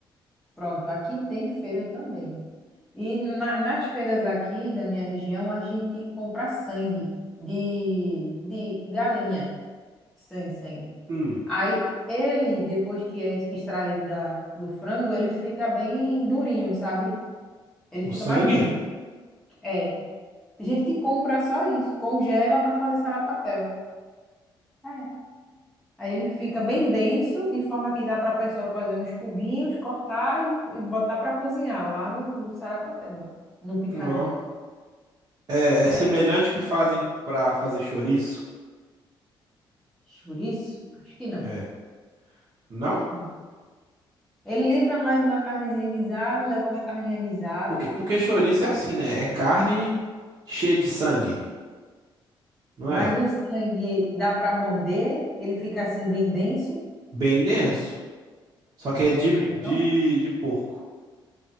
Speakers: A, in the centre; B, on the right.
A: Pronto, aqui tem feira também. E na- nas feiras aqui da minha região, a gente compra sangue de, de galinha. Sim, sim.
B: Hum.
A: Aí ele, depois que é extraído da, do frango, ele fica bem durinho, sabe? Ele
B: O
A: fica
B: sangue?
A: mais denso. É. Tem gente que compra só isso, congela para fazer sarapatel. É. Aí ele fica bem denso, de forma que dá para a pessoa fazer uns cubinhos, cortar e, e botar para cozinhar lá no, no sarapatel, lá no picadinho.
B: Ó. É, é
A: É,
B: semelhante ao que fazem pra fazer chouriço?
A: chouriço? Acho que não.
B: É. Não?
A: Acho que não. Ele lembra mais uma carnezinha guisada, leva umas carninhas guisadas.
B: Porque, porque chouriço é assim, né? É carne cheia de sangue, não
A: Mas
B: é?
A: o sangue dá para morder, ele fica assim bem denso.
B: Bem denso. Só que é de, de,
A: Ah, então,
B: de porco.